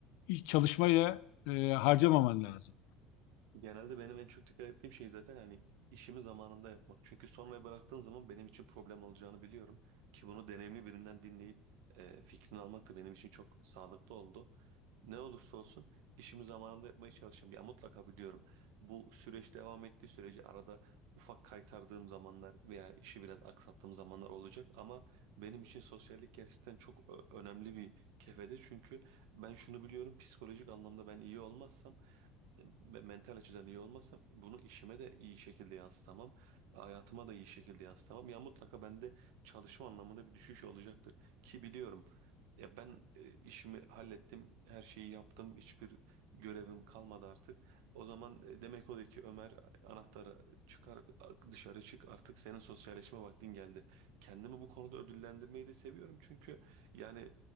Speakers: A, on the left; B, on the right.
A: iş çalışmaya e, harcamaman lazım.
B: Genelde benim en çok dikkat ettiğim şey zaten hani işimi zamanında yapmak. Çünkü sonraya bıraktığın zaman benim için problem olacağını biliyorum. Ki bunu deneyimli birinden dinleyip e, fikrini almak da benim için çok sağlıklı oldu. Ne olursa olsun işimi zamanında yapmaya çalışıyorum. Ya mutlaka biliyorum bu süreç devam ettiği sürece arada ufak kaytardığım zamanlar veya işi biraz aksattığım zamanlar olacak. Ama benim için sosyallik gerçekten çok ö- önemli bir kefede. Çünkü ben şunu biliyorum psikolojik anlamda ben iyi olmazsam me- mental açıdan iyi olmazsam bunu işime de iyi şekilde yansıtamam. Hayatıma da iyi şekilde yansıtamam. Ya mutlaka bende çalışma anlamında bir düşüş olacaktır. Ki biliyorum ya ben e, işimi hallettim, her şeyi yaptım, hiçbir görevim kalmadı artık. O zaman e, demek o da ki Ömer anahtarı çıkar dışarı çık artık senin sosyalleşme vaktin geldi. Kendimi bu konuda ödüllendirmeyi de seviyorum çünkü yani